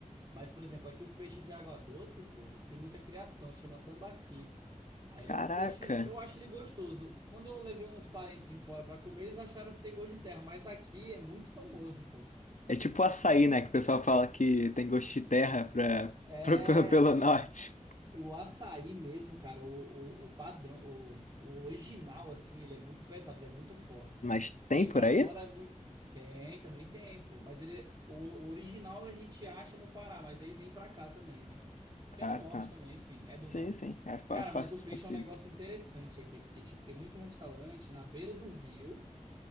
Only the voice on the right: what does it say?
Mas, por exemplo, aqui os peixes de água doce, pô, tem muita criação, se chama tambaqui. Aí ele
é um peixe, eu acho ele gostoso. Quando eu levei uns parentes de fora pra comer, eles acharam que tem gosto de terra, mas aqui é muito famoso, pô.
É,
o
O açaí mesmo, cara, o, o, o padrão, o, o original, assim, ele é muito pesado, ele é muito forte,
assim. Que
pra
fora é muito. Tem, também tem, pô. Mas ele, o, o original a gente acha no Pará, mas aí vem pra cá também, né? Que
é no norte
também, enfim, é do
norte.
Cara,
mas o peixe
é um negócio interessante aqui, porque, tipo, tem muito restaurante na beira do rio